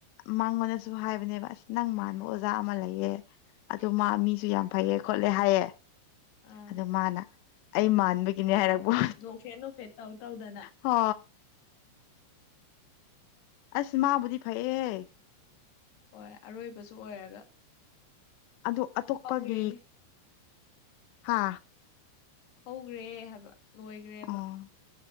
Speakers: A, on the left; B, on the left.
A: ꯃꯥꯡꯕꯅꯁꯨ ꯍꯥꯏꯕꯅꯦꯕ ꯑꯁ ꯅꯪ ꯃꯥꯟꯕ ꯑꯣꯖꯥ ꯑꯃ ꯂꯩꯌꯦ ꯑꯗꯨ ꯃꯤꯁꯨ ꯌꯥꯝ ꯐꯩꯌꯦ ꯈꯣꯠꯂꯦ ꯍꯥꯏꯌꯦ
B: ꯑꯥ
A: ꯑ ꯃꯥꯅ ꯑꯩ ꯃꯥꯟꯕꯒꯤ ꯀꯅꯦ
B: ꯐꯩꯌꯦ
A: ꯍꯥꯏꯦꯔꯛꯄ
B: ꯅꯣꯛꯐꯦꯠ ꯅꯣꯛꯐꯦꯠ ꯇꯧ ꯇꯧꯗꯅ
A: ꯍ ꯑꯁ ꯃꯥꯕꯨꯗꯤ ꯐꯩꯌꯦ
B: ꯍꯣꯏ ꯑꯔꯣꯏꯕꯁꯨ ꯑꯣꯏꯔꯒ
A: ꯑꯣ ꯑꯇꯣꯞꯄꯒꯤ
B: ꯍꯧꯈ꯭ꯔꯦꯅꯦ
A: ꯍꯥ
B: ꯍꯧꯈ꯭ꯔꯦ ꯍꯥꯏꯕ ꯂꯣꯏꯈ꯭ꯔꯦꯕ
A: ꯑꯣ